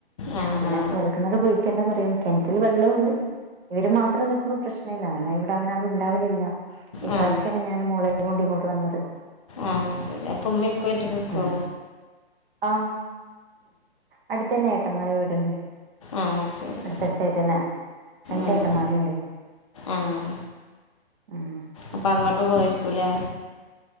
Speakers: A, on the left (about 30°); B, on the right (about 55°).
A: ആ
B: പിന്നെ
A: ആ
B: കുഴൽക്കിണർ കുഴിക്കണ്ടാ പറയും കിണറ്റിൽ വെള്ളംണ്ട് ഇവര് മാത്രം നൽക്കുമ്പോ പ്രശ്ന ഇല്ല അങ്ങനെ ഇവിടെ അങ്ങനെ ആരുംണ്ടാവലില്ല ഈ
A: ആ
B: പ്രാവശ്യാണ് ഞാൻ മോളെ കൊണ്ട് ഇങ്ങോട്ട് വന്നത്
A: ആഹ് ശരി അപ്പൊ ഉമ്മയും ഉപ്പയും ഒക്കെ ഒറ്റക്ക് നിൽക്കോ
B: ഉം ആഹ് അടുത്തന്നെ ഏട്ടൻ മാരെ വീടുണ്ട്
A: ആഹ് ശരി
B: അടുത്തടുത്തായിട്ടന്നെ രണ്ട്
A: ഉം
B: ഏട്ടന്മാരുണ്ട്
A: ആഹ്
B: ഉം
A: അപ്പൊ അങ്ങോട്ട് പോയിരിക്കൂല്ലേ